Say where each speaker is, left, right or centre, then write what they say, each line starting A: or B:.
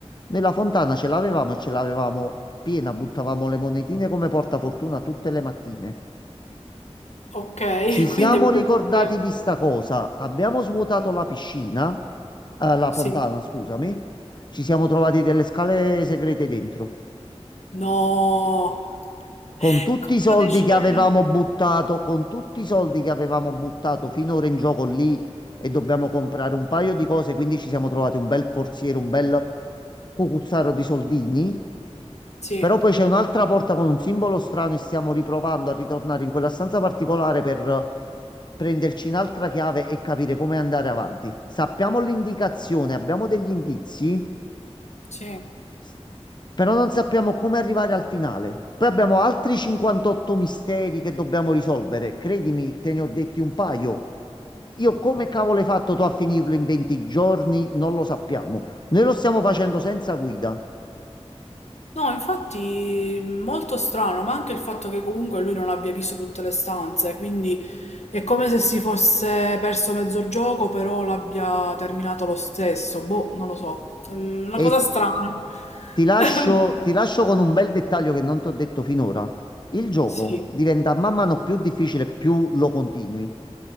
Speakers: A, on the left; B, on the left.
A: Noi la fontana ce l'avevamo e ce l'avevamo piena, buttavamo le monetine come portafortuna tutte le mattine.
B: okay.
A: Ci siamo
B: <laughs> Quindi avete
A: ricordati
B: scoperto
A: di sta cosa. Abbiamo svuotato
B: sì.
A: la piscina, eh, la
B: Sì?
A: fontana, scusami. Ci siamo trovati delle scale segrete dentro.
B: No!
A: Con
B: <laughs>
A: tutti
B: Colpo
A: i soldi
B: di scena!
A: che avevamo buttato, con tutti i soldi che avevamo buttato finora in gioco lì e dobbiamo comprare un paio di cose, quindi ci siamo trovati un bel forziere, un bel cucuzzaro di soldini.
B: Sì,
A: Però poi c'è un'altra porta con un simbolo strano e stiamo riprovando a ritornare in quella stanza particolare per eh, prenderci un'altra chiave e capire come andare avanti. Sappiamo l'indicazione, abbiamo degli indizi,
B: sì.
A: s- però non sappiamo come arrivare al finale. Poi abbiamo altri 58 misteri che dobbiamo risolvere. Credimi, te ne ho detti un paio. Io come cavolo hai fatto tu a finirlo in 20 giorni? Non lo sappiamo. Noi lo stiamo facendo senza guida.
B: No, infatti molto strano, ma anche il fatto che comunque lui non abbia visto tutte le stanze, quindi è come se si fosse perso mezzo gioco, però l'abbia terminato lo stesso. Boh, non lo so. Mm, Una
A: E
B: cosa strana.
A: Ti lascio,
B: <laughs>
A: ti lascio con un bel dettaglio che non ti ho detto finora. Il gioco
B: Sì,
A: diventa man mano più difficile più lo continui.